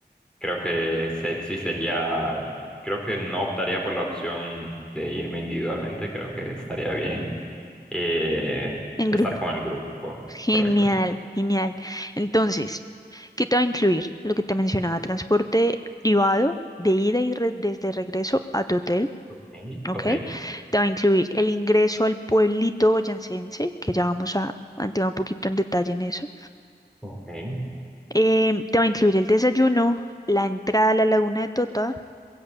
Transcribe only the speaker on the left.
En
grupo.
Genial,
genial. Entonces, ¿qué te va a incluir? Lo que te mencionaba, transporte privado de ida y re- desde regreso a tu hotel.
¿ok?
Te va a incluir el ingreso al pueblito boyacense, que ya vamos a, a entrar un poquito en detalle en eso.
Em, te va a incluir el desayuno, la entrada a la Laguna de Tota,